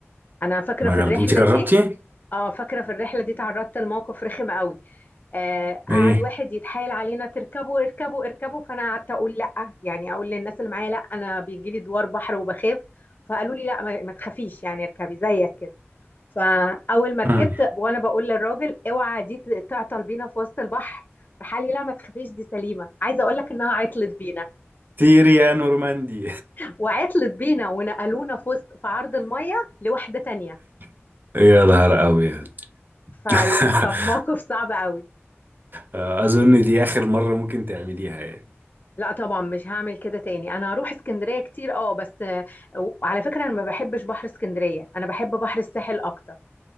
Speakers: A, on the left; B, on the right.
A: انا فاكرة
B: ما
A: في
B: جربت
A: الرحلة
B: انت جربتي
A: دي اه فاكرة في الرحلة دي تعرضت لموقف رخم قوي آه
B: ايه
A: قعد واحد يتحايل علينا تركبوا اركبوا اركبوا فانا قعدت اقول لا يعني اقول للناس اللي معايا لا انا بيجي لي دوار بحر وبخاف فقالوا لي لا ما ما تخافيش يعني اركبي زيك كده فاول ما ركبت
B: مم.
A: وانا بقول للراجل اوعى دي ت- تعطل بينا في وسط البحر راح قال لي لا ما تخافيش دي سليمه عايزه اقول لك انها عطلت بينا
B: تيري يا نورماندي
A: وعطلت بينا ونقلونا في وسط في عرض الميه لواحده تانية
B: <laughs> يا نهار ابيض
A: فكان
B: <laughs>
A: موقف صعب قوي
B: آه، اظن دي اخر مرة ممكن تعمليها يعني
A: لا طبعا مش هعمل كده تاني انا هروح اسكندريه كتير اه بس آه، وعلى فكره انا ما بحبش بحر اسكندريه انا بحب بحر الساحل اكتر